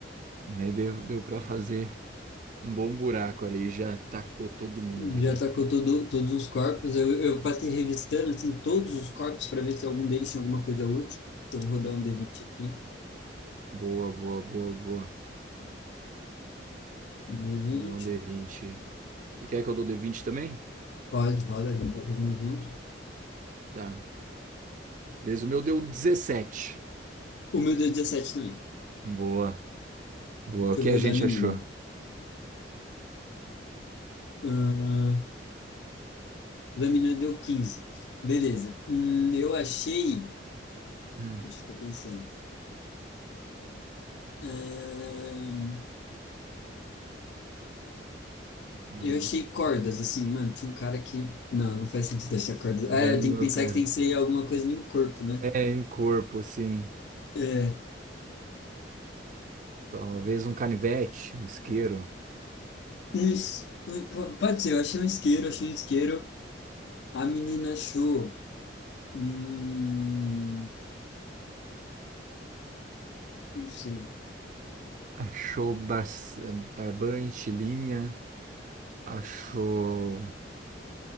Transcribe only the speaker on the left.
Já
tacou todo, todos os corpos. Eu, eu passei revistando assim, todos os corpos para ver se algum deles tinha alguma coisa útil. Então, eu vou rodar
um d vinte aqui.
Um d vinte.
Pode, roda, a gente vai fazendo junto.
O meu deu 17 também.
Deixa
eu ver
o da menina.
Ah, o da menina deu quinze, Beleza. Hum, eu achei.
Deixa eu tô pensando. Ahn,
eu achei cordas, assim, mano. Tinha um cara que. Não, não faz sentido achar cordas.
Ah,
é,
tem que pensar
que tem que ser alguma coisa em um corpo, né?
É,
um es- um- po- Pode ser, eu achei um isqueiro, achei um isqueiro. A menina achou. Hum, não sei.